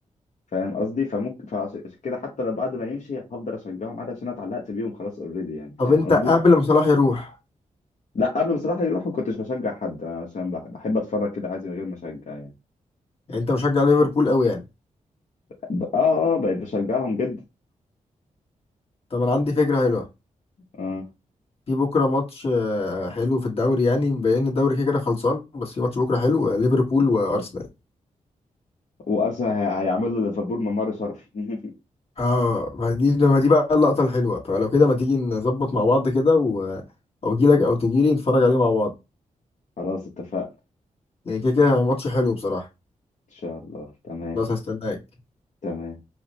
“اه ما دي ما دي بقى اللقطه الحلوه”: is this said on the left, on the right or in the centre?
Left